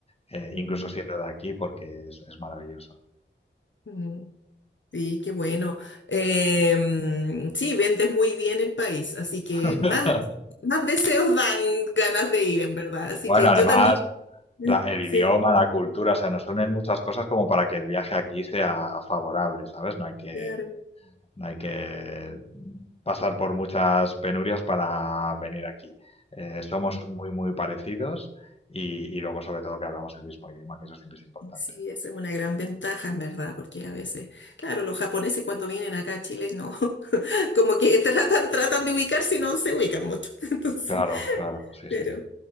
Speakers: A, on the left; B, on the left.
A: eh,
B: Mm,
A: incluso siendo de aquí, porque es, es maravilloso.
B: mm. Sí, qué bueno. Em, sí, vendes muy bien el país, así que
A: <laughs>
B: más, más deseos dan ganas de ir, en verdad. Así
A: Bueno,
B: que
A: además,
B: yo también. <laughs>
A: la- el idioma,
B: Sí,
A: la cultura, o sea, nos unen muchas cosas como para que el viaje aquí sea favorable, ¿sabes? No hay que,
B: claro.
A: Hay que pasar por muchas penurias para venir aquí. Eh, somos
B: Mm,
A: muy, muy parecidos y, y luego, sobre todo, que hablamos el mismo idioma, que eso siempre es importante.
B: Sí, esa es una gran ventaja, en verdad, porque a veces, claro, los japoneses cuando vienen acá a Chile, no, <laughs> como que tratan, tratan de ubicarse y no se ubican mucho. <laughs> Entonces,
A: Claro, claro, sí,
B: pero,
A: sí.